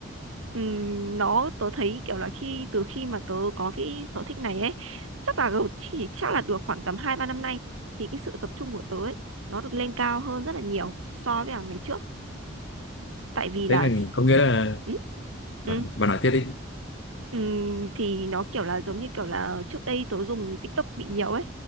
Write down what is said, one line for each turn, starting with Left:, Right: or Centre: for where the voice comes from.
Right: Ừm, nó tớ thấy kiểu là khi từ khi mà tớ có cái sở thích này ấy chắc là gầu- chỉ chắc là được khoảng tầm hai ba năm nay thì cái sự tập trung của tớ ấy nó được lên cao hơn rất là nhiều so với cả ngày trước tại vì là
Left: thế nên có nghĩa là
Right: ừ, ừ.
Left: bạn bạn nói tiếp đi
Right: Ừm, thì nó kiểu là giống như kiểu là trước đây tớ dùng TikTok bị nhiều ấy